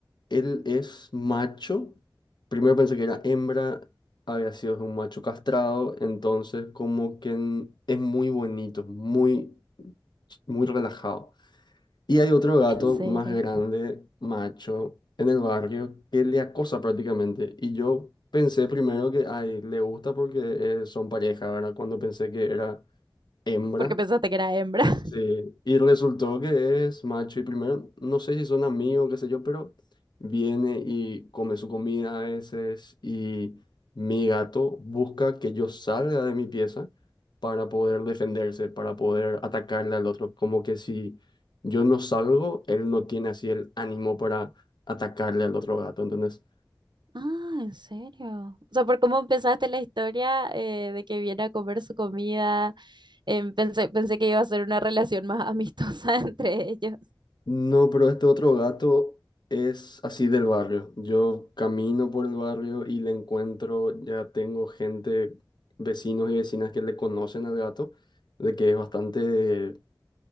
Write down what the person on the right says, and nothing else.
En serio.
Porque pensaste que era hembra. <laughs>
Ah, en serio. O sea, por cómo empezaste la historia eh, de que viene a comer su comida, em, pensé, pensé que iba a ser una relación más amistosa <laughs> entre ellos.